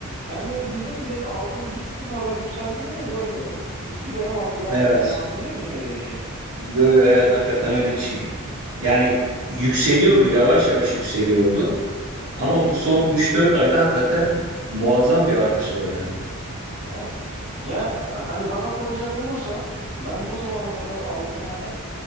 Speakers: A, on the right; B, on the right.
A: kendimi bildim bileli altının hiç bu kadar yükseldiğini de görmedim. Hiçbir dönem hatırlamıyorum.
B: Evet.
A: Sen hatırlıyor musun öyle bir şey?
B: Yo yo evet hakikaten öyle şey. Yani yükseliyordu, yavaş yavaş yükseliyordu.
A: Hı
B: Ama
A: hı.
B: bu son üç dört ayda hakikaten muazzam bir artış var yani.
A: Evet. Ya e, hani bana soracak olursa ben bu zamana kadar altına hep